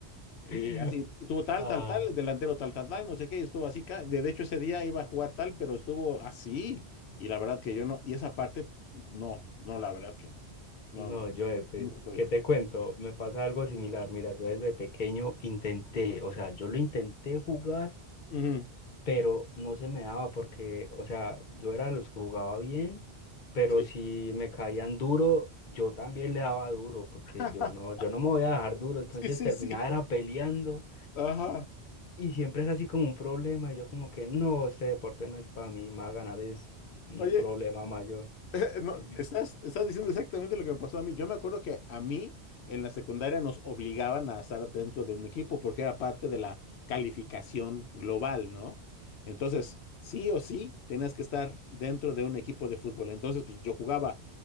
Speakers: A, on the left (about 75°); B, on the left (about 50°).
A: Y cuatro.
B: <laughs>
A: Y así estuvo tal,
B: Ah,
A: tal, tal, el delantero tal, tal, tal, no sé qué, y estuvo así. ca- De de hecho, ese día iba a jugar tal, pero estuvo así. Y la verdad que yo no, y esa parte, no, no, la verdad que no. No,
B: no,
A: no,
B: yo,
A: no
B: pues,
A: no se podía.
B: ¿qué te cuento? Me pasa algo similar. Mira, yo desde pequeño intenté, o sea, yo lo intenté jugar
A: Ujú,
B: pero no se me daba porque, o sea, yo era de los que jugaba bien, pero
A: sí.
B: si me caían duro, yo también le daba duro, porque
A: <laughs>
B: yo no, yo no me voy a dejar duro, entonces
A: Sí, sí,
B: terminaba
A: sí.
B: era peleando
A: Ajá.
B: y siempre era así como un problema, y yo como que no, este deporte no es para mí, más ganar es un
A: Oye,
B: problema mayor.
A: <laughs> No,
B: Sí.
A: estás, estás diciendo exactamente lo que me pasó a mí. Yo me acuerdo que a mí en la secundaria nos obligaban a estar dentro de un equipo porque era parte de la calificación global, ¿no? Entonces, sí o sí, tenías que estar dentro de un equipo de fútbol. Entonces, pues yo jugaba,